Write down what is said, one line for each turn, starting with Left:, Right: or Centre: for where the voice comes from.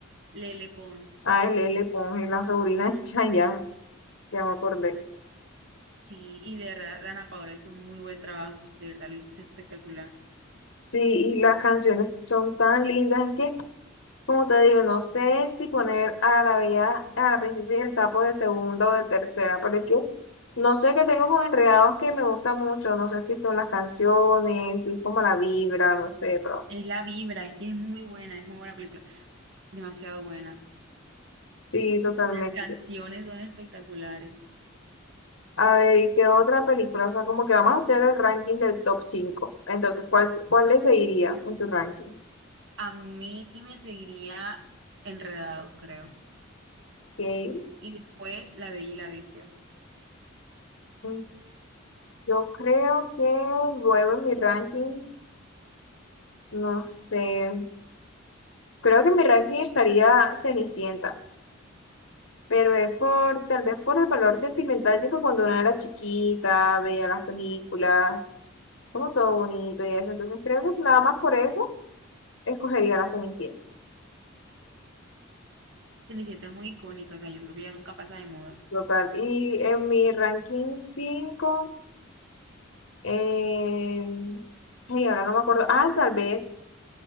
Right: Lele Pons.
Left: ALL Ponge, la sobrina de <laughs> Chayanne, ya me acordé.
Right: Sí, y de verdad, Ana Paola hizo un muy buen trabajo, de verdad lo hizo espectacular.
Left: Sí, y las canciones son tan lindas, es que, como te digo, no sé si poner a la bella, a la princesa y el sapo de segunda o de tercera, pero es que no sé qué tengo con Enredados que me gusta mucho, no sé si son las canciones, si es como la vibra, no sé, pero
Right: Es la vibra, es que es muy buena, es muy buena película, demasiado buena.
Left: sí, totalmente.
Right: Las canciones son espectaculares.
Left: A ver, ¿y qué otra película? O sea, como que vamos a hacer el ranking del top cinco Entonces, ¿cuál, cuál le seguiría en tu ranking?
Right: A mí me seguiría Enredados, creo.
Left: Ok.
Right: Y después La Bella y la Bestia.
Left: Mm, Yo creo que luego en mi ranking, no sé, creo que en mi ranking estaría Cenicienta, pero es por, tal vez por el valor sentimental, tipo cuando una era chiquita, veía las películas, como todo bonito y eso. Entonces, creo que nada más por eso escogería la Cenicienta.
Right: Cenicienta es muy icónica, o sea, yo creo que ya nunca pasa de moda.
Left: Total. Y en mi ranking cinco Eh, ay, ahora no me acuerdo. Ah, tal vez.